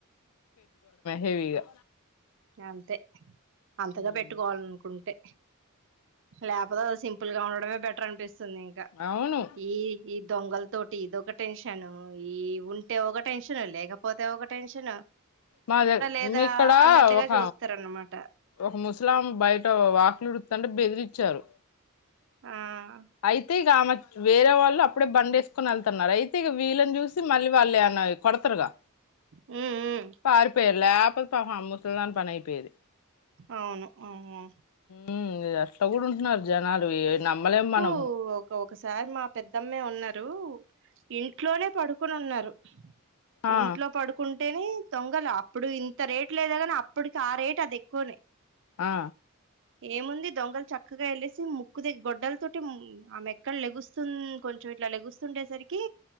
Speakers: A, on the left; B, on the right.
A: హెవీగా
B: అంతే అంతగా
A: మ్మ్
B: పెట్టుకోవాలనుకుంటే లేపోతే వ సింపుల్గా ఉండడే బటర్ అనిపిస్తుంది సునేంగా
A: అవును
B: ఈ ఇ దొంగల తోటి ఇదొక టెన్షన్ ఈ ఉంటే ఒక టెన్షన్ లేక పోతే ఒక టెన్షన్
A: మా దగ
B: లేదా
A: ఇక్కడ
B: అన్నట్టుగా
A: ఒక
B: చూస్తారనమాట
A: ఒక ముస్లాం బయట వాకులుడు తంట్రి బెదిరిచ్చారు
B: ఆ
A: అయితే ఆమె వేరే వాళ్ళు అప్పుడే బం వేసుకొని వెళ్తున్నారు అయితే వీళని చూసి మళ్ళీ వాళ్ళు అన్న కొడతారు గా
B: హ్మ్. హ్మ్.
A: పాారిపోయర్లే అప్పుడు పా అమ్మసలుదా పనయిపోయది
B: అవును. అవును.
A: అ అట్లా కూడా ఉంటున్నారు జనాలు నమ్మలేం మనం
B: ఓఓకఓకే ఒకసారి మా పెద్దమ్మే ఉన్నారు ఇంట్లోనే పడుకొని ఉన్నారు
A: ఆ
B: ఇంట్లో పడుకుం అంటేనే తొంగలు అప్పుడు ఇంత రేట్ లేదు కానీ అప్పటికి ఆ రేట్ అది ఎక్కువనే
A: ఆ
B: ఏముంది దొంగలు చక్కగా వెళ్ళేసి ముక్కు దగ గొడ్డల తటి ఆమె ఎక్కలు లెగుస్తుంది కొంచెం ఇట్లా లెగుస్తుండేసరికి